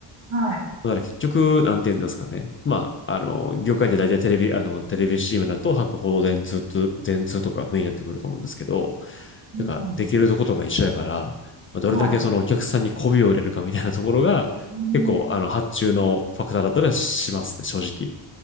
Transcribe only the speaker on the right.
はい。
うん、
はい。うん